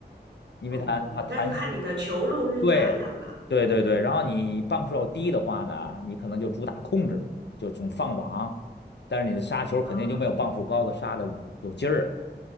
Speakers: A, on the left (about 75°); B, on the right (about 85°).
A: 因为它它弹性大。
B: 哦，那就看你的球路是咋样了
A: 对对对对，然后你磅数要低的话呢，你可能就主打控制，就总放网，但是你的杀球肯定就没有磅数高的杀的有劲儿。
B: 啊，